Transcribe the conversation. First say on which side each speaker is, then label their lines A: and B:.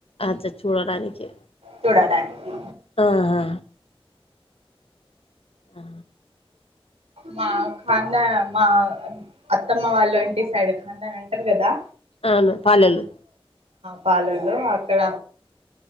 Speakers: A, on the left (about 70°); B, on the right (about 85°).
A: అ చర్ చూడడానికి
B: చూడడానికి
A: ఆహా ఆ
B: మాక్ హండ మా అత్తమ్మ వాళ్ళు ఇంటి సైడ్ ఖండన్ అంటారు కదా
A: అవును పాలేల్లు
B: పాలోళ్ళు అక్కడ